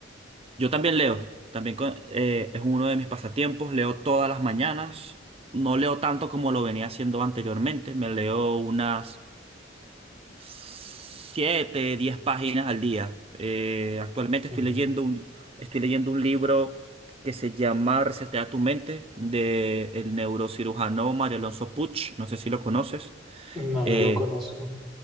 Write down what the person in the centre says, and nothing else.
Ujú.
No,
no lo conozco.